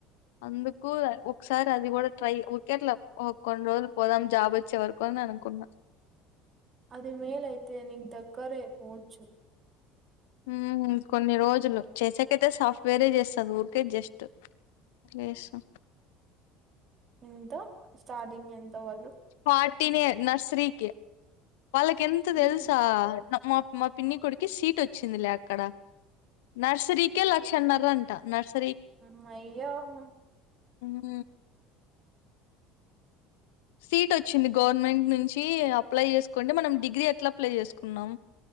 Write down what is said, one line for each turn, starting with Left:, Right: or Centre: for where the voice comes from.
Left: అందుకు య ఒకసారి ట అది కూడా ట్రై ఊరికే అట్లా కొన్ని రోజులు పోదాం జాబ్ వచ్చే వరకు అని అనుకున్నా
Right: అది మేలు ఐతే నీకు దగ్గరే పోవచ్చు
Left: ఊ కొన్ని రోజులు చేసేకైతే సాఫ్ట్వేరే చేస్తాది ఊరికే జస్ట్ అట్లేస్తా
Right: ఎంతే స్టార్టింగ్ ఎంత వాళ్ళు
Left: ఫార్టీనే నర్సరీ కి వాళ్ళకి ఎంత
Right: హ్మ్
Left: తెలుసా నా మ మా పిన్ని కొడుక్కి సీట్ వచ్చిందిలే అక్కడ నర్సరీ కే లక్షన్న రంట నర్స్
Right: అమ్మ ఇగా హా
Left: ఊ సీట్ వచ్చింది గవర్నమెంట్ నుంచి అప్లై చేసుకుంటే మనం డిగ్రీ ఎట్లా అప్లై చేసుకున్నాం